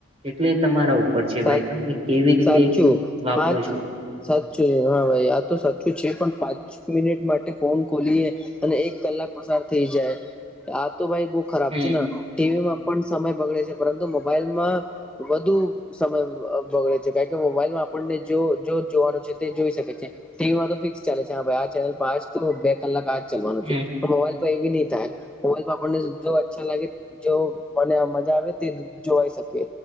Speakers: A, on the right; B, in the centre.
A: એટલે તમારા ઉપર છે
B: સાચ
A: ભાઈ તમને કેવી
B: સાચું
A: રીતે વાપરો
B: પાંચ
A: છો
B: સાચું હા ભાઈ આ તો સાચું છે પણ પાંચ મિનિટ માટે ફોન ખોલીએ અને એક કલાક પસાર થઈ જાય આ તો ભાઈ બો ખરાબ
A: હમ
B: છે ને ટીવીમાં પણ સમય બગડે છે પરંતુ મોબાઈલમાં વધુ સમય બગડે કે મોબાઈલમાં આપણને જો જો જોવાનું છે તે જોઈ શકે છે. ટીવીમાં તો ફિક્સ ચાલે છે હા ભાઈ આ ચેનલ પા તો બે કલાક આજ ચાલવાનું
A: હમ
B: છે. મોબાઈલ પર એવી નહી થાય મોબાઈલ પર આપણને જો અચ્છા લાગે જો મને મજા આવે તે જોવાઈ શકે